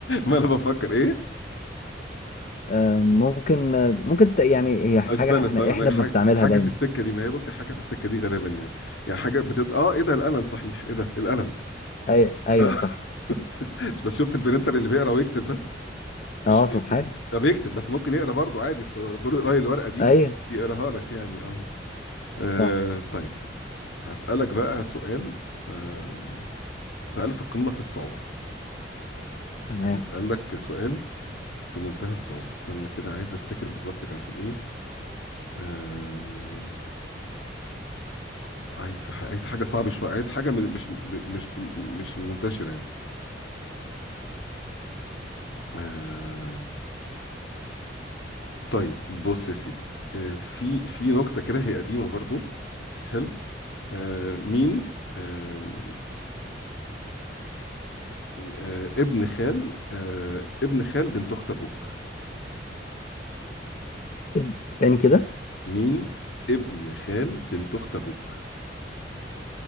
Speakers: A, on the left (about 75°); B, on the left (about 45°).
A: ما انا بفكر ايه
B: آه ممكن آه، ممكن ت- يعني هي
A: استنى
B: حاجه احنا
A: استنى
B: احنا
A: ما هي حاجه
B: بنستعملها
A: حاجه
B: دايما
A: في السكه دي ما هي بصي حاجه في السكه دي غالبا يعني يعني حاجه بتد اه ايه ده القلم صحيح ايه ده القلم
B: أي ايوه
A: <laughs>
B: صح
A: بس بس شفت البرينتر اللي بيقرا ويكتب ده مش
B: اه
A: بي-
B: سبحان
A: بي- ده بيكتب بس ممكن يقرا برضه عادي بت- دور يقرا الورقه دي
B: ايوه
A: يقراها لك يعني اه آه،
B: صح
A: طيب هسألك بقى سؤال آه سؤال في قمة في الصعوبة
B: تمام
A: يعني اتقال لك سؤال في منتهى الصعوبة استنى كده عايز افتكر بالظبط كانت بتقول ايه آه عايز عايز حاجة صعبة شوية عايز حاجة من مش مش مش منتشرة يعني آه طيب بص يا سيدي آه في في نكتة كده هي قديمة برضو حلو آه مين آه آه، ابن خال آه، ابن خال بنت اخت ابوك
B: إب... تاني كده
A: مين ابن خال بنت اخت ابوك